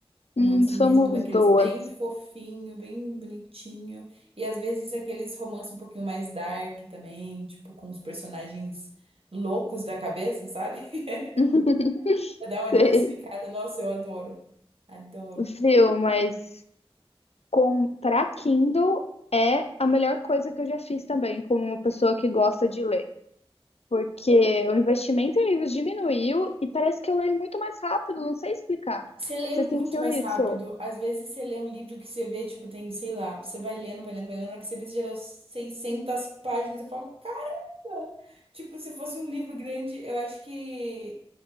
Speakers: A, on the right; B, on the left.
A: Romance
B: Hum, somos
A: mesmo, daqueles
B: duas.
A: bem fofinho, bem bonitinho. E às vezes aqueles romances um pouquinho mais dark também, tipo, com os personagens loucos da cabeça, sabe? <laughs>
B: <laughs>
A: Pra dar uma diversificada.
B: Sei,
A: Nossa, eu adoro. Adoro.
B: viu, mas comprar Kindle é a melhor coisa que eu já fiz também, como uma pessoa que gosta de ler. porque o investimento em livros diminuiu e parece que eu leio muito mais rápido, não sei explicar.
A: Você lê
B: Você
A: muito
B: sentiu
A: mais
B: isso?
A: rápido. Às vezes você lê um livro que você vê, tipo, tem, sei lá, você vai lendo, vai lendo, vai lendo, na hora que você vê, você já leu 600 páginas. Eu falo, caramba! Tipo, se fosse um livro grande, eu acho que.